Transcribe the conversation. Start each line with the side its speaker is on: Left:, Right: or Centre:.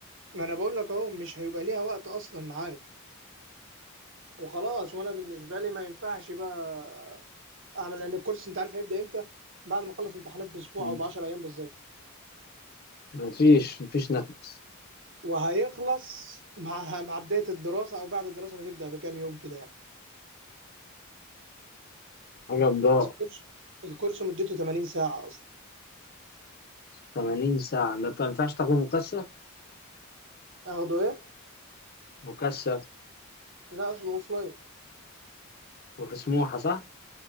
Right: ما انا بقول لك اهو مش هيبقى ليها وقت اصلا معايا وخلاص وانا بالنسبه لي ما ينفعش بقى اعمل لان الكورس انت عارف هيبدا امتى بعد ما اخلص امتحانات باسبوع
Left: مم.
Right: او ب 10 ايام بالظبط
Left: مفيش مفيش نفس
Right: وهيخلص مع مع بدايه الدراسه او بعد الدراسه ما تبدا بكام يوم كده يعني
Left: حاجه بضاعة
Right: بس الكورس الكورس مدته 80 ساعه اصلا
Left: 80 ساعه ما ما ينفعش تاخد مكثف
Right: اخده ايه
Left: مكثف
Right: لا اصله اوف لاين
Left: وفي سموحه صح